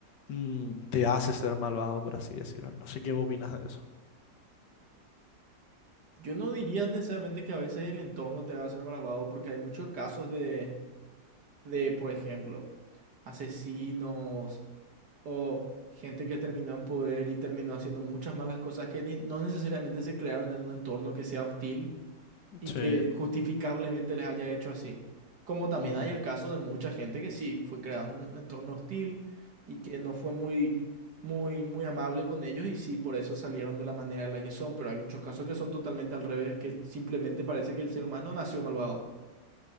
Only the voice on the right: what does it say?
Yo no diría necesariamente que a veces el entorno te va a ser malvado, porque hay muchos casos de, de, por ejemplo, asesinos o gente que terminó en poder y terminó haciendo muchas malas cosas que ni- no necesariamente se crearon en un entorno que sea hostil y
que justificablemente les haya hecho así. Como también
hay el caso de mucha gente que sí, fue creado en un entorno hostil y que no fue muy, muy, muy amable con ellos y sí, por eso salieron de la manera en la que son, pero hay muchos casos que son totalmente al revés, que simplemente parece que el ser humano nació malvado.